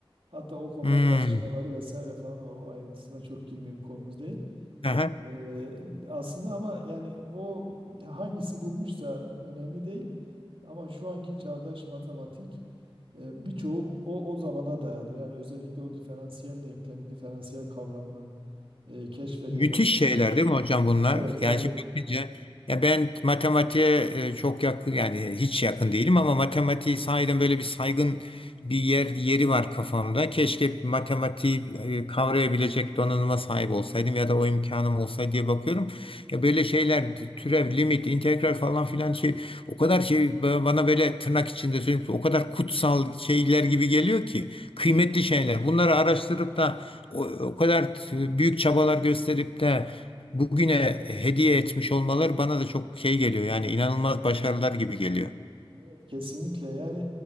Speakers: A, on the right; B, on the left.
A: Hatta o konuda
B: hmm.
A: tartışmaları vesaire falan da var. O ayrıntısına çok girmeyeyim konumuz değil.
B: Aha,
A: Ee, aslında ama yani o hangisi bulmuşsa önemli değil. Ama şu anki çağdaş matematik E, birçoğu o, o zamana dayanır. Yani özellikle o diferansiyel denklemin, diferansiyel kavramının e, keşfedilmesinin.
B: Müthiş şeyler değil mi hocam bunlar?
A: Evet yani
B: Yani şimdi bakınca ya ben matematiğe e, çok yakın yani hiç yakın değilim ama matematiği sahiden böyle bir saygın bir yer yeri var kafamda. Keşke matematiği e, kavrayabilecek donanıma sahip olsaydım ya da o imkanım olsaydı diye bakıyorum. Ya böyle şeyler türev, limit, integral falan filan şey o kadar şey ba- bana böyle tırnak içinde söyleyeyim o kadar kutsal şeyler gibi geliyor ki kıymetli şeyler. Bunları araştırıp da o, o kadar t- büyük çabalar gösterip de bugüne hediye etmiş olmaları bana da çok şey geliyor. Yani inanılmaz başarılar gibi geliyor.
A: evet kesinlikle yani